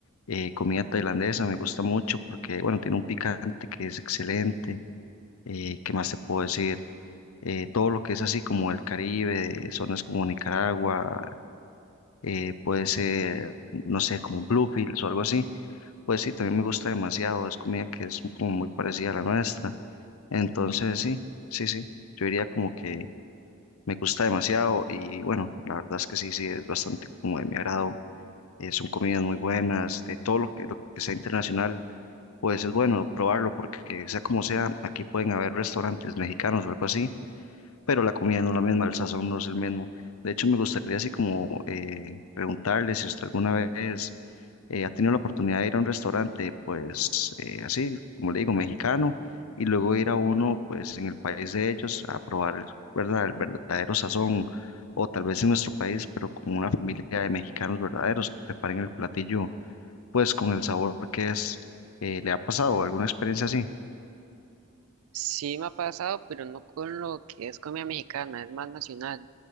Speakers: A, on the left; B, on the right.
A: Eh, comida tailandesa me gusta mucho porque, bueno, tiene un picante que es excelente. Eh, ¿qué más te puedo decir? Eh, todo lo que es así como el Caribe, eh, zonas como Nicaragua, eh, puede ser, no sé, como Bluefields o algo así. Pues sí, también me gusta demasiado, es comida que es como muy parecida a la nuestra. Entonces, sí, sí, sí, yo diría como que me gusta demasiado y bueno, la verdad es que sí, sí, es bastante como de mi agrado eh, son comidas muy buenas, de todo lo que, lo que sea internacional, pues es bueno probarlo porque sea como sea, aquí pueden haber restaurantes mexicanos o algo así, pero la comida no es la misma, el sazón no es el mismo. De hecho, me gustaría así como eh, preguntarle si usted alguna vez eh, ha tenido la oportunidad de ir a un restaurante, pues eh, así, como le digo, mexicano, y luego ir a uno, pues en el país de ellos, a probar, ¿verdad?, el verdadero sazón, o tal vez en nuestro país, pero con una familia de mexicanos verdaderos que preparen el platillo, pues con el sabor que es. Eh, ¿le ha pasado alguna experiencia así?
B: Sí me ha pasado, pero no con lo que es comida mexicana, es más nacional.